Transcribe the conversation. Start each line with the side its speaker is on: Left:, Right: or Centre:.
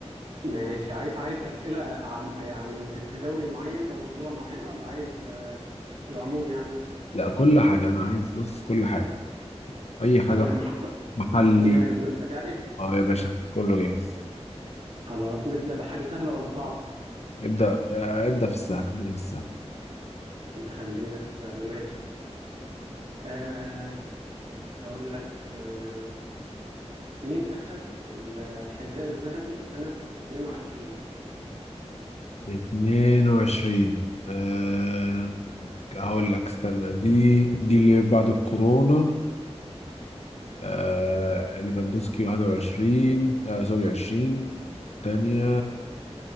Right: ماشي عاي- عايز اسئله عم يعني في دوري معين او بطوله معينه ولا عايز آه، في العموم يعني
Left: لا كل حاجة انا عايز بص كل حاجة اي حاجة
Right: كل واحد محضر
Left: محلي
Right: مجهز نفسك يعني
Left: اه يا باشا كله جاهز
Right: خلاص نبدا بحاجه سهله ولا صعبه
Left: ابدأ آه، ابدأ في السهل خلينا في السهل
Right: نخلينا في السهل ماشي آه، اقول لك آه، مين اخذ الحذاء الذهبي سنه 22
Left: 22 أه هقول لك استنى دي دي اللي بعد الكورونا آه ليفاندوسكي 21 آه سوري 20 تانية